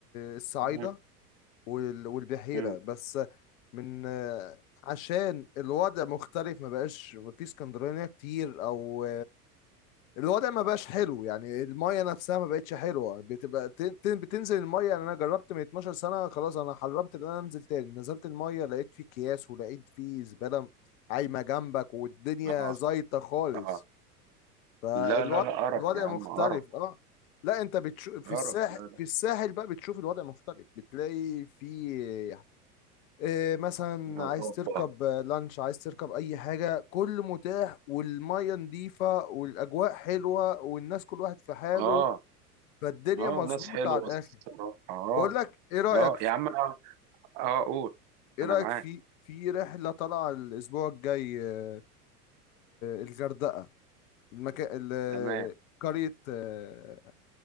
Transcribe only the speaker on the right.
مم.
مم.
اه
اه
لا لا لا قرف
يا عم
قرف
قرف
لا لا
نظافة
اه
اه
ناس حلوة
الصراحة اه
اه
يا عم اه اه قول
انا
معاك
تمام